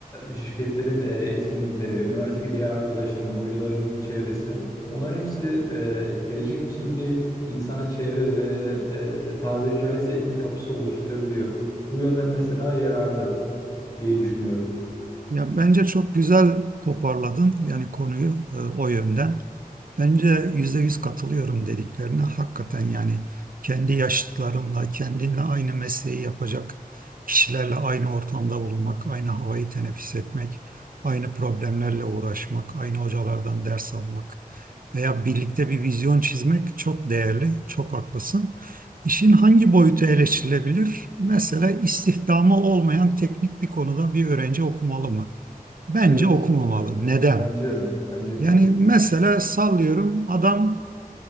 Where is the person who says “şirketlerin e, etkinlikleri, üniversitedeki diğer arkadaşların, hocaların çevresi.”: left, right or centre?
Left